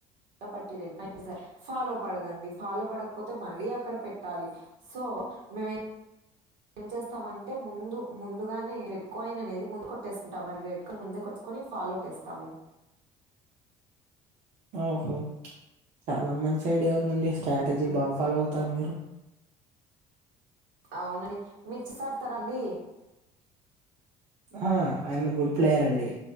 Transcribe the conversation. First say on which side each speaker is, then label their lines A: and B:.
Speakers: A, on the right; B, on the right.
A: పట్టి ఫాలో పడదండి ఫాలో పడకపోతే మళ్ళీ అక్కడ పెట్టాలి సో మే ఏం చేస్తామంటే ముందు ముందుగానే రెడ్ కోయిన్ అనేది ముందు కొట్టేసుకుంటాం రెడ్కి ముందే కొట్టు ఫాలో టేస్తాము
B: ఓహో చాలా మంచి ఐడియా ఉందండి స్ట్రాటజీ
A: ఉమ్,
B: బా ఫాలో అవుతారు మీరు
A: అవునండి మీరు చెస్ అడుతరాండి
B: ఆ ఐమ్ ఎ గుడ్ ప్లేయర్ అండి